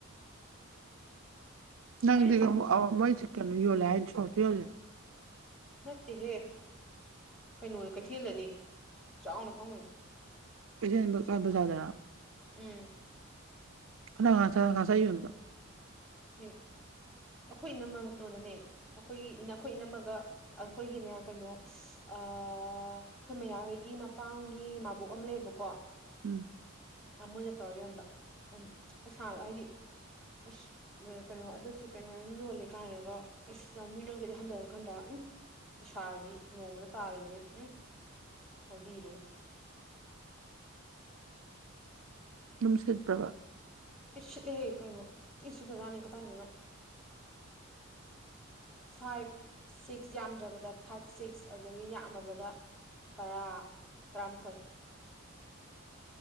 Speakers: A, on the right (about 70°); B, in the centre.
A: ꯅꯪꯗꯤ
B: ꯑꯦ
A: ꯃꯩꯁꯤ ꯀꯩꯅꯣ ꯌꯣꯜꯂꯦ ꯍꯥꯏꯗꯤ ꯁꯣꯔꯇ ꯌꯣꯜꯂꯤꯣꯏꯣ
B: ꯅꯠꯇꯦꯍꯦ ꯀꯩꯅꯣꯗ ꯀꯩꯊꯦꯜꯗꯅꯤ ꯆꯥꯎꯅ ꯐꯪꯉꯨꯏ
A: ꯀꯩꯁꯦꯟꯕ ꯀꯥꯕꯖꯥꯗꯅ
B: ꯎꯝ
A: ꯀꯅꯥ ꯉ ꯉꯥ ꯌꯣꯟꯕ <inaudible>
B: ꯑꯦ ꯑꯩꯈꯣꯏ ꯏꯅꯝꯃ ꯃꯇꯣꯟꯗꯅꯦ ꯑꯩꯈꯣꯏꯒꯤ ꯏꯈꯣꯏ ꯏꯅꯝꯃꯒ ꯑꯩꯈꯣꯏꯒꯤꯅꯦ ꯀꯩꯅꯣ ꯑꯩꯈꯣꯏ ꯃꯌꯥꯍꯣꯏꯒꯤ ꯃꯄꯥꯝꯒꯤ ꯃꯕꯣꯛ ꯑꯃ ꯂꯩꯌꯦꯕꯀꯣ
A: ꯎꯝ
B: ꯃꯣꯏꯅ ꯇꯧꯔ ꯌꯣꯟꯕ ꯎꯝ ꯄꯩꯁꯥ ꯍꯥꯏꯗꯤ ꯑꯁ ꯀꯩꯅꯣ ꯑꯗꯣ ꯁꯦꯀꯦꯟ ꯍꯦꯟ ꯂꯣꯜꯂꯦ ꯀꯥꯏꯅꯒ ꯑꯁ ꯅ ꯃꯤ ꯅꯪꯒꯗꯤ ꯍꯟꯊꯅ ꯈꯟꯊꯔꯛꯅꯤ ꯄꯁꯥꯗꯤ ꯅꯣꯡꯃꯅ ꯇꯥꯔꯦꯁꯦ ꯎꯝ ꯍꯥꯏꯕꯤꯔꯅ
A: ꯅꯨꯡꯁꯤꯠꯄ꯭ꯔꯕ
B: ꯑꯦ ꯁꯤꯠꯂꯦ ꯀꯩꯅꯣ ꯇꯤ ꯁꯤꯈ꯭ꯔꯖꯥꯠꯅꯤ ꯀꯗꯥꯏꯗꯅꯣ ꯐꯥꯏꯚ ꯁꯤꯛꯁ ꯌꯥꯝꯗ꯭ꯔꯕꯗ ꯐꯥꯏꯚ ꯁꯤꯛꯁ ꯑꯗꯨꯗꯒꯤ ꯌꯥꯝꯃꯕꯗ ꯇꯔꯥ ꯇꯔꯥꯃꯥꯊꯣꯏ